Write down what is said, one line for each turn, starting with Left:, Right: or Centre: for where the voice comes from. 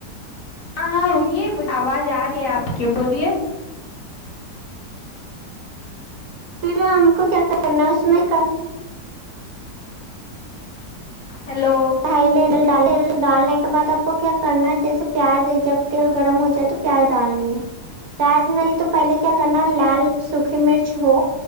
Left: ہاں ہاں بولیے مجھے آواز آ رہی ہے آپ کی بولیے
Right: پھر ہم کو کیا کرنا ہے اس میں
Left: ہیلو
Right: ہے تیل ڈالنے ڈالنےکے بعد آپ کو کیا کرنا ہے جیسے پیاز ہے جب تیل گرم ہو جائے تو پیاز ڈالنی ہے پیاز نہیں تو پہلے کیا کرنا لال سوکھی مرچ ہو